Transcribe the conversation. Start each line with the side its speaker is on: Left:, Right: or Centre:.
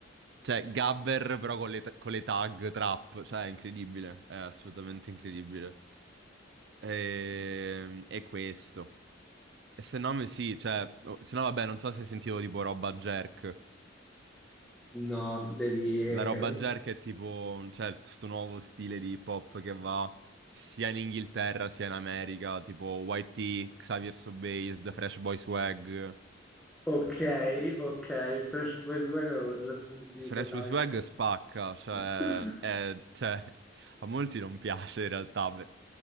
Right: cioè gabber però con le, con le tag trap, cioè è incredibile, è assolutamente incredibile. E, e questo. E se no, mi- sì, cioè, oh, se no vabbè, non so se sentivo tipo roba jerk.
Centre: No, devi... eh,
Right: La roba jerk è tipo, cioè, questo nuovo stile di hip hop che va sia in Inghilterra sia in America, tipo YT, Xavier Sobase, The Fresh Boy Swag.
Centre: Ok, ok, Fresh Boys Wagon avevo già sentito,
Right: Fresh
Centre: calco.
Right: Boy Swag spacca, cioè,
Centre: <laughs>
Right: è- cioè, a molti non piace in realtà, per-